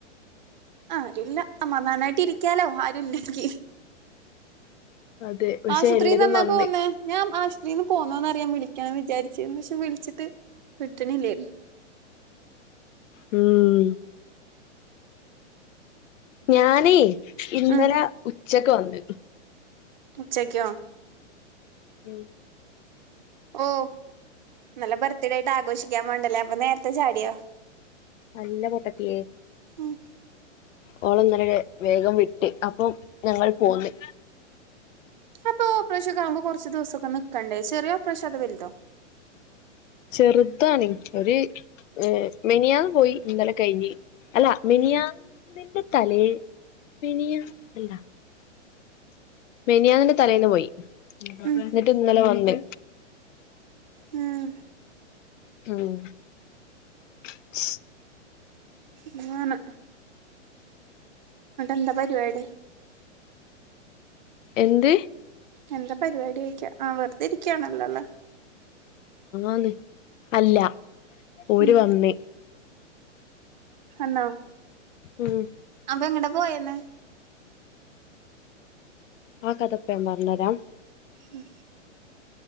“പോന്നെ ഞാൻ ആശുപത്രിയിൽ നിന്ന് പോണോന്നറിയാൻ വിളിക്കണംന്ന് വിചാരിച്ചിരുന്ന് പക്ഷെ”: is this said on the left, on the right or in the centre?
Right